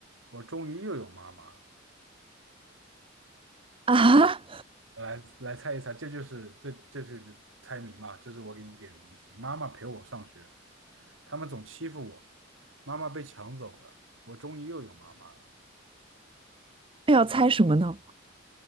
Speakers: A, on the right; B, on the right.
A: 我终于又有妈妈了。
B: 啊，
A: 来来猜一猜，这就是这这就是猜谜嘛，这是我给你给的谜题。妈妈陪我上学，他们总欺负我，妈妈被抢走了，我终于又有妈妈了。
B: <laughs> 那要猜什么呢？